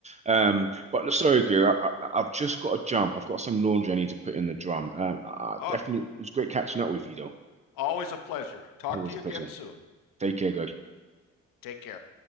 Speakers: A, on the right; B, on the left.
A: Um, but sorry, Greer, I, I, I've just got to jump. I've got some laundry I need to put in the drum. Um, I, I
B: oh
A: definitely, it was great catching up with you though.
B: always a pleasure talk
A: Always
B: to you
A: a pleasure.
B: again soon
A: Take care, guys.
B: take care